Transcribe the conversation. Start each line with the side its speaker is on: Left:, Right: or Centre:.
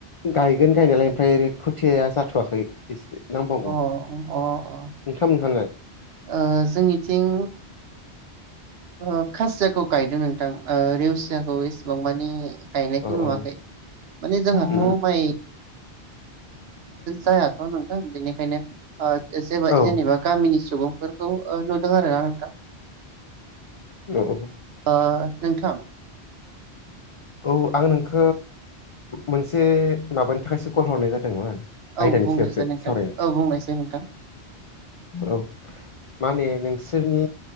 Left: गायगोन गायनायालाय ओमफ्राय खोथिया जाथ'वाखै एसे नांबावगौ
Right: अ अ अ
Left: नोंथांमोनहालाय
Right: ओ जोंनिथिं ओ खासियाखौ गायदों नोंथां ओ रेवसियाखौ एसेबां मानि गायनायखौ
Left: औ
Right: नुवाखै
Left: औ
Right: माने जोंहाथ'
Left: उम
Right: माइ जायाथ' नोंथां बेनिखायनो जे
Left: औ
Right: जेनेबा गामिनि सुबुंफोरखौ नु आरो ना नोंथां
Left: औ औ
Right: ओ नोंथां
Left: औ आं नोंख मोनसे माबानि थाखायसो कल हरनाय जादोंमोन आयदानि
Right: औ बुंनायसाय
Left: सायावसो
Right: नोंथां
Left: सावरायनो
Right: औ बुंनायसाय नोंथां
Left: औ माने नोंसोरनि